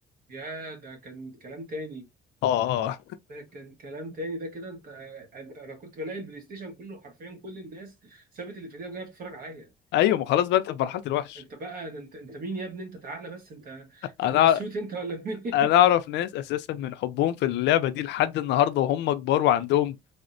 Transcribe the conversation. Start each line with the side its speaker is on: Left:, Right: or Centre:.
Right: يا ده كان كلام تاني
Left: اه اه
Right: ده كان كلام تاني ده كده انت انت انا كنت بلاقي البلاي ستيشن كله حرفيا كل الناس سابت اللي في ايديها وجايه بتتفرج عليا
Left: ايوه ما خلاص بقى انت في مرحله الوحش
Right: انت بقى ده انت انت مين يا ابني انت تعالى بس انت انت
Left: انا
Right: من اسيوط انت ولا مين؟
Left: انا اعرف ناس اساسا من حبهم في اللعبه دي لحد النهارده وهم كبار وعندهم